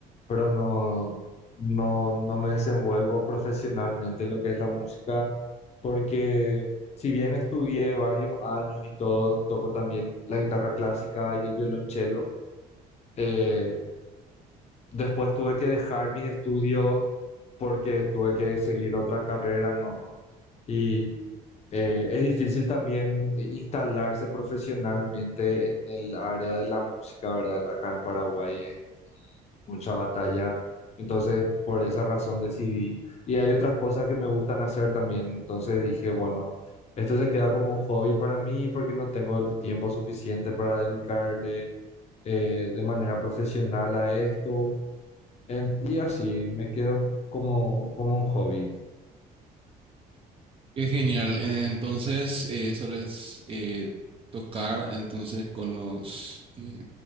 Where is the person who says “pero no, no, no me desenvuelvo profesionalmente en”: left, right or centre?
Left